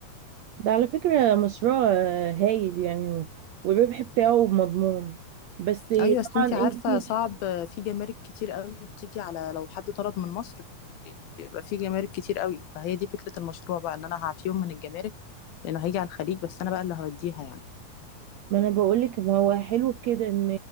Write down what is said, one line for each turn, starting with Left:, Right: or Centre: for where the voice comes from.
Right: ده على فكرة مشروع آه، هايل يعني و- والربح بتاعه مضمون بس طبعا
Left: ايوه اصل انتي عارفه
Right: انتي
Left: صعب في جمارك كتير قوي بتيجي على لو حد طلب من مصر بيبقى في جمارك كتير قوي فهي دي فكره المشروع بقى ان انا هعفيهم من الجمارك لانه هيجي على الخليج بس انا بقى اللي هوديها يعني
Right: ما انا بقولك ما هو حلو في كده ان